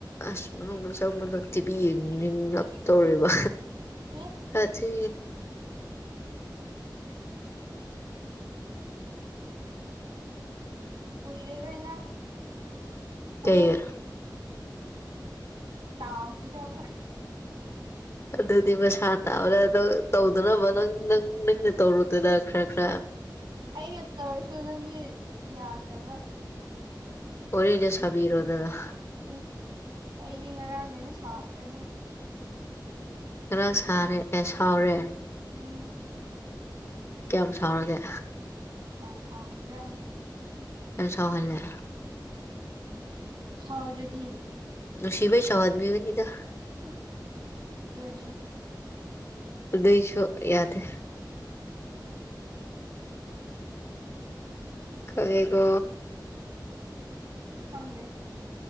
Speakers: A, on the left; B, on the right.
A: ꯑꯁ ꯃꯅꯨꯡ ꯆꯪꯕꯗ ꯇꯤꯚꯤ ꯌꯦꯡꯅꯤꯡ ꯂꯞ ꯇꯧꯔꯦꯕ
B: ꯑꯣ
A: ꯀꯆ
B: ꯀꯨꯏꯔꯔꯣꯏ ꯅꯪ
A: ꯀꯩ
B: ꯑꯃꯨꯛ ꯇꯥꯎꯈꯤꯗꯕ
A: ꯑꯗꯨꯗꯤ ꯃꯁꯥ ꯇꯥꯕꯗ ꯇꯧꯗꯅꯕ ꯅꯪ ꯅꯪ ꯅꯪꯅ ꯇꯧꯔꯨꯗꯗ ꯈꯔ ꯈꯔ
B: ꯑꯩꯅ ꯇꯧꯔꯁꯨ ꯅꯪꯗꯤ ꯌꯥꯗ꯭ꯔꯒ
A: <unintelligible> ꯁꯕꯤꯔꯣꯗꯅ
B: ꯎꯝ ꯑꯩꯗꯤ ꯉꯔꯡꯗꯩꯅ ꯁꯥꯎꯈ꯭ꯔꯦ ꯑꯗꯨꯝ
A: ꯈꯔ ꯁꯥꯔꯦ ꯑꯦ ꯁꯥꯎꯔꯦ
B: ꯎꯝ
A: ꯀꯌꯥꯝ ꯁꯥꯎꯔꯒꯦ
B: ꯌꯥꯝ ꯁꯥꯎꯈꯦꯖꯩ
A: ꯌꯥꯝ ꯁꯍꯜꯂꯦ
B: ꯁꯥꯎ꯭ꯔꯗꯤ
A: ꯉꯁꯤꯕꯩ ꯆ ꯑꯗꯃꯤꯕꯨꯅꯤꯗ
B: ꯎꯝ ꯑꯗꯨ ꯑꯣꯏꯔꯁꯨ
A: ꯑꯗꯨ ꯑꯗꯨꯁꯨ ꯌꯥꯗ ꯀꯔꯦꯒꯣ
B: ꯈꯪꯗꯦ